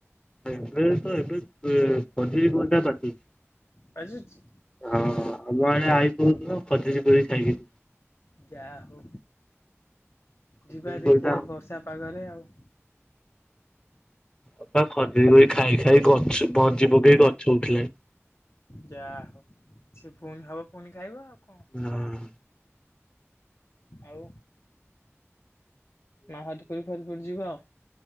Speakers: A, on the left; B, on the left.
A: ଏବେ ତ ଏବେ ଖଜୁରୀ କଣ୍ଟା ପାଚିଚି।
B: ପାଚୁଛି।
A: ହଁ ଆମ ଆଡେ ଆଇ କହୁଥିଲ ଖଜୁରୀ କୋଳି ଖାଇକି
B: ଯାହା ହଉ
A: ଖଜୁରୀ
B: ଯିବା
A: କୋଳି
B: ଦେଖିଆ
A: ଟା
B: ଏଇ ବର୍ଷା ପାଗରେ ଆଉ।
A: ଓପା ଖଜୁରୀ କୋଳି ଖାଇ ଖାଇ ଗଛ ମଞ୍ଜି ପକେଇ ଗଛ ଉଠିଲାଣି।
B: ଯାହା ହଉ ସେ ପୁଣି ହବ ପୁଣି ଖାଇବ ଆଉ କଣ।
A: ହଁ।
B: ଆଉ। <unintelligible> ଯିବ।